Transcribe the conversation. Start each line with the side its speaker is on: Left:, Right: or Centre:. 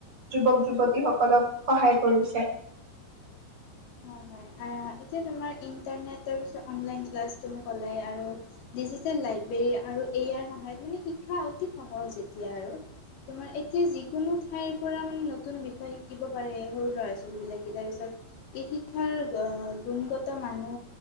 Right: যুৱক যুৱতীসকলক সহায় কৰিছে?
Left: হয় হয় এতিয়া তোমাৰ ইণ্টাৰনেটৰ আৰু অনলাইন ক্লাছ তুমি কলে আৰু ডিজিটেল লাইব্ৰেৰী আৰু এ আই ৰ সহায়ত মানে শিক্ষা অতি সহজ এতিয়া আৰু৷ তোমাৰ এতিয়া যিক কোনো ঠাইৰ পৰা মানে নতুন বিষয় শিকিব পাৰে সৰু ল'ৰা ছোৱালীবিলাকে৷তাৰপিছত এই শিক্ষা ৰ গুণগত মানো